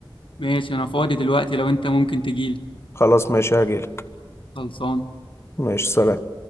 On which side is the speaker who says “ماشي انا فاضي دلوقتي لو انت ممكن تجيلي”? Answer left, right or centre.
Left